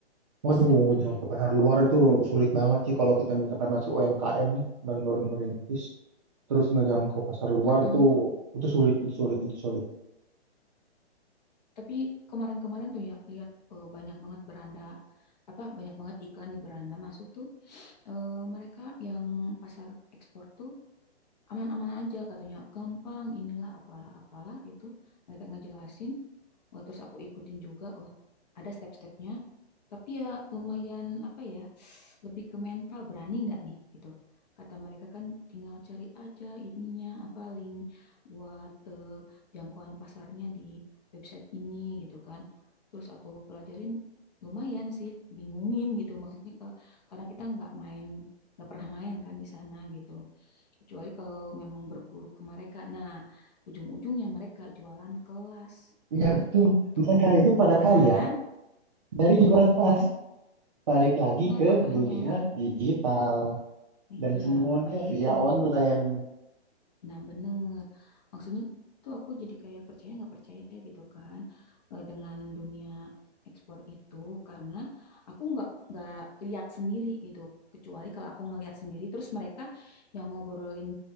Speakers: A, on the right (about 35°); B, on the left (about 40°).
A: Waduh,
B: bisa kali
A: jauh
B: ya.
A: ke pasar luar itu sulit banget sih kalau kita misalkan masih UMKM nih dan baru merintis, terus ngejangkau pasar luar
B: Mm-mm.
A: itu itu sulit, itu sulit, itu sulit.
B: Tapi kemarin-kemarin tuh ya lihat eh, banyak banget beranda apa banyak banget iklan di beranda masuk tuh eh, mereka yang pasar ekspor tuh aman-aman aja katanya gampang inilah apalah apalah gitu mereka ngejelasin oh, terus aku ikutin juga oh ada step-stepnya tapi ya lumayan apa ya, lebih ke mental berani nggak nih gitu. Kata mereka kan tinggal cari aja ininya apa link buat eh, jangkauan pasarnya di website ini gitu kan. Terus aku pelajarin lumayan sih, bingungin gitu maksudnya ke- karena kita nggak main, nggak pernah main kan di sana gitu. Kecuali kalau memang berguru ke mereka. Nah, ujung-ujungnya mereka jualan kelas
A: Iya betul,
B: gitu.
A: mereka itu pada
B: Nah
A: kaya
B: kan,
A: dari
B: mm
A: jualan tas.
B: kan.
A: Balik lagi
B: Heeh,
A: ke
B: makanya.
A: dunia
B: Nah,
A: digital
B: Iya,
A: dan semuanya
B: makanya
A: via
B: itu.
A: online.
B: Nah, bener. Maksudnya tuh aku jadi kayak percaya nggak percaya gitu kan eh, dengan dunia ekspor itu karena aku nggak nggak lihat sendiri gitu. Kecuali kalau aku ngelihat sendiri, terus mereka yang ngobrolin